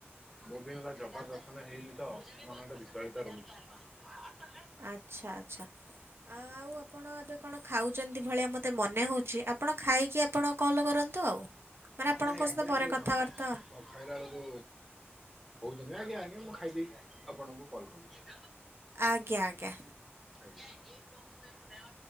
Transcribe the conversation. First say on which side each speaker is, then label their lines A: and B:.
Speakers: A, in the centre; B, on the right (about 65°).
A: ବହୁତ ଦିନ ହେଲା ଜଗାଦର୍ଶନ ମାନେ ହେଇନି ତ ମନଟା ବିଫଳିତ ରହୁଛି।
B: ଆଚ୍ଛା ଆଚ୍ଛା। ଆଉ ଆପଣ ଏବେ କଣ ଖାଉଛନ୍ତି ଭଳିଆ ମତେ ମନେ ହଉଛି ଆପଣ ଖାଇକି ଆପଣ କଲ୍ କର କରନ୍ତୁ ଆଉ। ମାନେ ଆପଣଙ୍କ
A: ନାଇଁ ଆଜ୍ଞା
B: ସହିତ ପରେ
A: ଟିକେ
B: କଥାବାର୍ତ୍ତା
A: ନ ଖାଇ ଖାଇଲା ବେଳକୁ କଉଛନ୍ତି ଆଜ୍ଞା। ଆଜ୍ଞା ମୁଁ ଖାଇଦେଇି ଆପଣଙ୍କୁ କଲ୍ କରୁଛି।
B: ଆଜ୍ଞା ଆଜ୍ଞା।
A: ଆଜ୍ଞା ଏକ ବକ୍ସ ମେ ହୁ